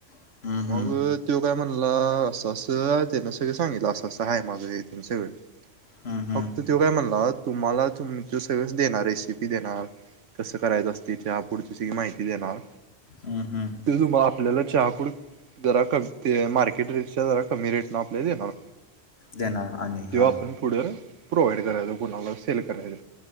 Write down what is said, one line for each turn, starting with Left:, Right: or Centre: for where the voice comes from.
Left: हम्म हम्म
Right: मगं त्यो कायं म्हणला असं असं त्याने सगळं सांगितलं असं असं आहे माझं हिथ सगळं
Left: हम्म हम्म
Right: फक्त तो काय म्हणला तुम्हाला तुमच सगळच देणार रेसिपी देणार. कसं करायचं असते त्या पुढची सगळी माहिती देणार.
Left: हम्म हम्म
Right: ते तु आपल्याला चहापूड जरा कमी ते मार्केट रेटच्या जरा कमी रेट न आपल्याला देणार.
Left: देणार आणि हां
Right: तेव आपण पुढे प्रोव्हाइड करायचो कुणाला सेल करायचं.